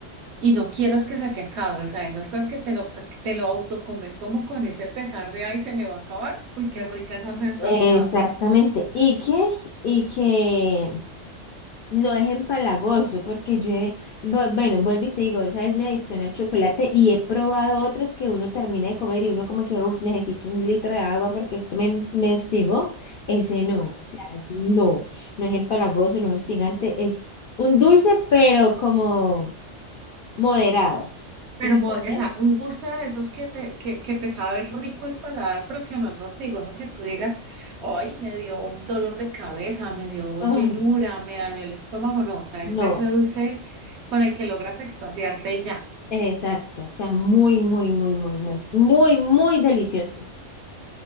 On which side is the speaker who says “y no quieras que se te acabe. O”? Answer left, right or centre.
Right